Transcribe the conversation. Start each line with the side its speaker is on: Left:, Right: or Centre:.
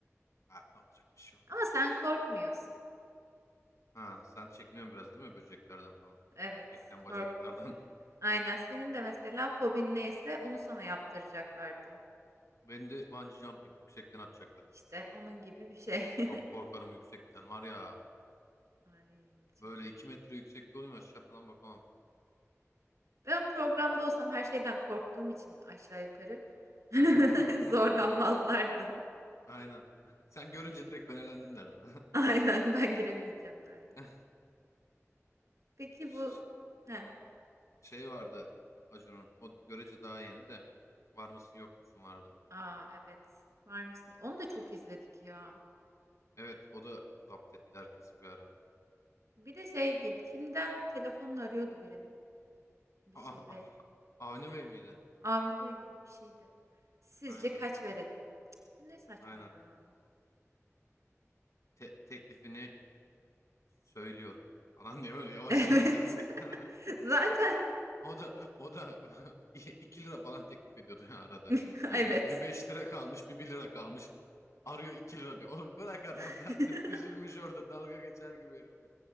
Left: Abi ne olacak bir şey olmaz
Right: Ama sen
Left: ya.
Right: korkmuyorsun.
Left: Ha sen çekiniyorsun biraz değil mi böceklerden falan?
Right: Evet,
Left: Eklem bacaklardan.
Right: kork. Aynen senin de mesela fobin neyse onu sana yaptıracaklardı.
Left: Beni de bungee jumping yüksekten atacaklar.
Right: İşte onun gibi bir şey.
Left: Çok
Right: <laughs>
Left: korkarım yüksekten var ya.
Right: Ay çok
Left: Böyle
Right: kork.
Left: 2 metre yüksekte olayım aşağı falan bakamam.
Right: Ben o programda olsam her şeyden korktuğum için aşağı yukarı <laughs>
Left: <laughs>
Right: zorlanmazlardı.
Left: Aynen. Sen görünce direkt ben elendim derdin.
Right: Aynen ben giremeyeceğim derdim.
Left: <laughs>
Right: Peki bu
Left: Ş-
Right: Heh.
Left: Şey vardı Acun'un. O görece daha yeni de. Var mısın yok musun vardı.
Right: Aa evet. Var mısın? Onu da çok izledik ya.
Left: Evet o da zapt etti herkesi bir ara.
Right: Bir de şey gibi kimden telefonla arıyordu birini. Bir şey
Left: Aa,
Right: bey.
Left: ah, Avni Bey miydi?
Right: Avni Bey gibi bir şeydi. Sizce
Left: Aynen.
Right: kaç verelim? Bu ne saçma
Left: Aynen.
Right: ya.
Left: Te- teklifini söylüyorum. Falan diyor böyle
Right: <laughs>
Left: yavaş
Right: Evet.
Left: yavaş hareket. <laughs>
Right: <laughs> Zaten
Left: O da o da <laughs> 2 lira falan teklif ediyordu ya arada.
Right: <laughs>
Left: Böyle
Right: evet.
Left: bir, bir 5 lira kalmış, bir bir lira kalmış. Arıyor 2 lira diyor. Oğlum bırak adam
Right: <laughs>
Left: <laughs> zaten üzülmüş orada dalga geçer gibi herif de.